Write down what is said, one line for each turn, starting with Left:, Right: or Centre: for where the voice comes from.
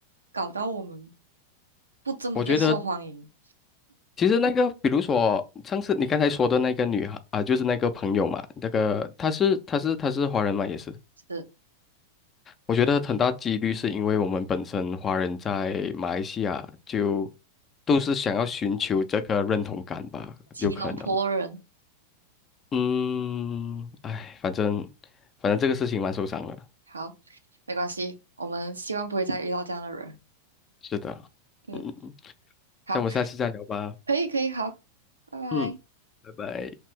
Right: 搞到我们不这么被受欢迎，
Left: 我觉得其实那个，比如说上次你刚才说的那个女孩啊、就是那个朋友嘛，那个她是她是她是华人嘛，也是。
Right: 是
Left: 我觉得很大几率是因为我们本身华人在马来西亚就都是想要寻求这个认同感吧，
Right: 吉隆坡人。
Left: 有可能。嗯，哎，反正反正这个事情蛮受伤的。
Right: 好，没关系，我们希望不会再遇到这样的人。
Left: 是的，
Right: 嗯，
Left: 嗯，
Right: 好，
Left: 那我们下次再聊吧。
Right: 可以，可以，好，拜拜。
Left: 嗯，拜拜。